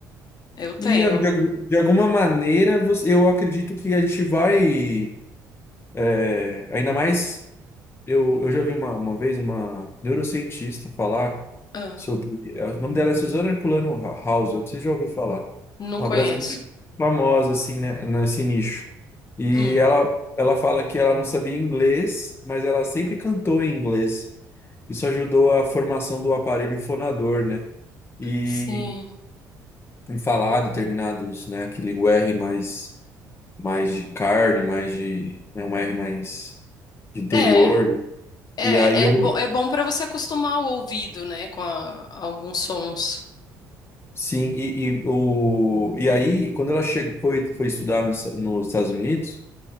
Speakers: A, on the left (about 50°); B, on the left (about 30°).
A: eu tenho.
B: E a- de, al- de alguma maneira, você- eu acredito que a gente vai, é, ainda mais. Eu, eu já vi uma, uma vez uma neurocientista falar
A: Ah,
B: sobre. é, O nome dela é Suzana Herculano House, você já ouviu falar?
A: não
B: Uma
A: conheço.
B: brasileira famosa, assim, né, nesse nicho. E
A: Hum,
B: ela, ela fala que ela não sabia inglês, mas ela sempre cantou em inglês. Isso ajudou a formação do aparelho fonador, né? E
A: sim.
B: em falar determinados, né, aquele o R mais, mais de carne, mais de. Né, um R mais de interior.
A: É. É,
B: E aí eu
A: é, bo é bom para você acostumar o ouvido, né, com a- alguns sons.
B: Sim, e, e, o, e aí, quando ela chegou, foi, foi estudar nos, nos Estados Unidos,